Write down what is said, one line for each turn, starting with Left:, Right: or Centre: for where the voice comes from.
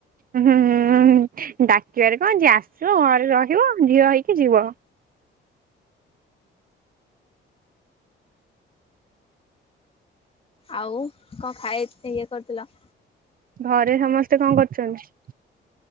Right: ହୁଁ ହୁଁ ହୁଁ ହୁଁ ହୁ ଡାକିବାରେ କଣ ଅଛି ଆସିବ ଘରେ ରହିବ ଝିଅ ହେଇକି ଯିବ।
Left: ଆଉ କଣ ଖାଇ ଇଏ କରିଥିଲ।
Right: ଘରେ ସମସ୍ତେ କଣ କରୁଛନ୍ତି?